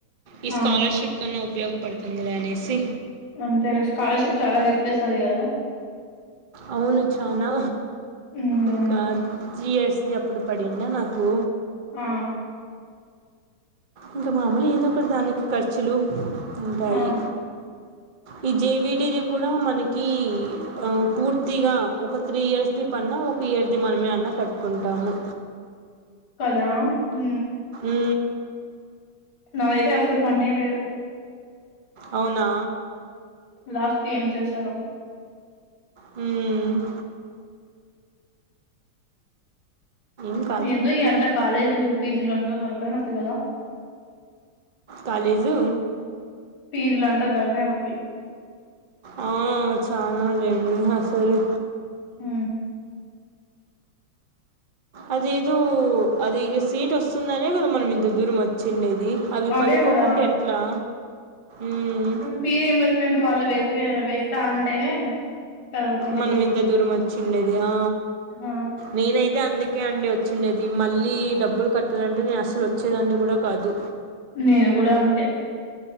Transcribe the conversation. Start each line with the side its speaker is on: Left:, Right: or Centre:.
Right: ఈ
Left: ఆ
Right: స్కాలర్షిప్ కన్నా ఉపయో పడుతుందిలె అనేసి
Left: అంతేలె స్కాలర్షిప్ చాల హెల్ప్ చేస్తది గదా
Right: అవును చానా
Left: హ్మ్
Right: ఇంక త్రీ ఇయర్స్ది అప్పుడు <unintelligible> నాకు
Left: ఆ
Right: ఇంక మామూలు ఏదో ఒకటి దానికి ఖర్చులు ఉంటాయి
Left: ఆ
Right: ఈ జేవిడిది కూడ మనకి ఆ పూర్తిగ ఒక త్రీ ఇయర్స్ పన్నా ఒక ఇయర్ది మనమే అన్న కట్టుకుంటాము
Left: కదా హు
Right: ఉ
Left: నది అయితే అసలు పన్నే లేదు
Right: అవునా
Left: లాస్ట్ కి ఏం చేసారో
Right: హు <unintelligible>
Left: ఎందో ఇ అంత కాలేజ్ ఫీజులు తలకాయ్ నొప్పి కద
Right: కాలేజు
Left: పీజులు అంత తలకాయ్ నొప్పి
Right: ఆ <unintelligible> అసలు
Left: హు
Right: అదేదో అది ఇగ సీట్ వస్తుందనే కదా మనం ఇంత దూరం వచ్చిండేది అవి
Left: అదే
Right: పడుకోకుంటే
Left: కదా
Right: ఎట్లా ఉమ్
Left: పీ ఎంబర్స్మెంట్ వాళ్ళు వేస్తే వేస్త అంటేనే కదా వచ్చిండేది
Right: మనం ఇంత దూరం వచ్చిండేది ఆ
Left: ఆ
Right: నేనైతే <unintelligible> <unintelligible> అండి వచ్చిండది మళ్ళీ డబ్బులు కట్టాలంటే నేను అసలు వచ్చేదాన్ని గుడా కాదు
Left: నేను గుడ అంతే